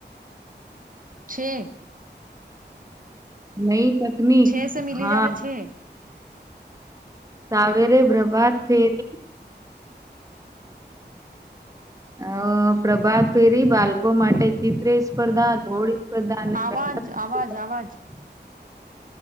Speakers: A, on the right (about 50°); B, on the right (about 20°).
A: છે.
B: નઈ તકનીક,
A: છે સે મિલી
B: હા,
A: જ આવે છે
B: સાવેરે પ્રભાત ફેરી અ પ્રભાત ફેરી બાલકો માટે ચિત્રી સ્પર્ધા, દોળી સ્પર્ધા ને <unintelligible>
A: આવાજ આવાજ આવાજ